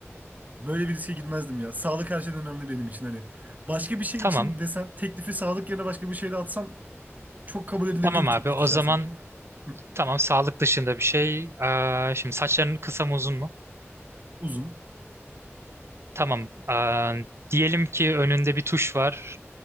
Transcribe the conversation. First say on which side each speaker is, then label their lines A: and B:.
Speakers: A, on the right; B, on the right.
A: Böyle bir riske girmezdim ya. Sağlık her şeyden önemli benim için. Hani başka bir şey
B: tamam.
A: için desen teklifi sağlık yerine başka bir şeyle atsan çok kabul edilebilir
B: Tamam
A: bir
B: abi
A: teklifti
B: o
A: şahsen.
B: zaman
A: Hı,
B: tamam sağlık dışında bir şey. Aa, şimdi saçların kısa mı uzun mu?
A: Uzun.
B: Tamam. Aa, diyelim ki önünde bir tuş var.